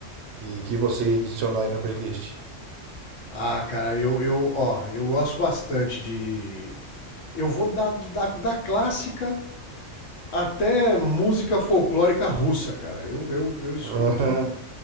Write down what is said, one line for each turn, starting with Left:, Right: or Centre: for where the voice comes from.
Right: que, que você ia adicionar aí na playlist?
Left: Ah, cara, eu, eu, ó, eu gosto bastante de. Eu vou da, da, da clássica até música folclórica russa, cara. Eu, eu,
Right: <laughs>
Left: eu escuto,
Right: Aham.